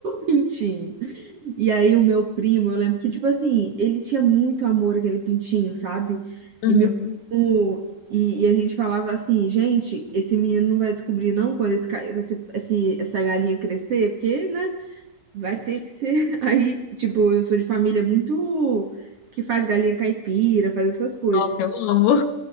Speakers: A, on the right; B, on the left.
A: pintinho. E aí o meu primo, eu lembro que, tipo assim, ele tinha muito amor aquele pintinho, sabe?
B: Uhum.
A: E meu primo. E, e a gente falava assim, gente, esse menino não vai descobrir não quando esse, ca- esse, esse- essa galinha crescer, porque, né, vai ter que ser. <laughs> Aí, tipo, eu sou de família muito que faz galinha caipira, faz essas coisas.
B: Nossa, eu amo.